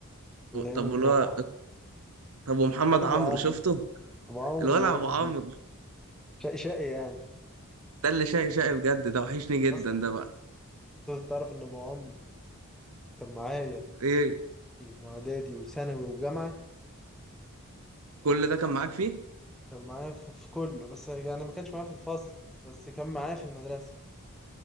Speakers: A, in the centre; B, on the right.
A: من ايام
B: طب
A: الجامعة
B: والله طب ومحمد
A: ده
B: عمرو
A: ابو عمرو
B: شفته
A: ابو عمرو
B: الولع
A: اللي انا
B: ابو
A: كنت-
B: عمرو
A: شقي شقي يعني
B: ده اللي شقي شقي بجد ده وحشني جدا
A: بس
B: ده بقى
A: تعرف ان ابو عمرو كان معايا
B: ايه
A: واعدادي وثانوي وجامعة
B: كل ده كان معاك فيه
A: كان معايا في في كله بس يعني ما كانش معايا في الفصل بس كان معايا في المدرسة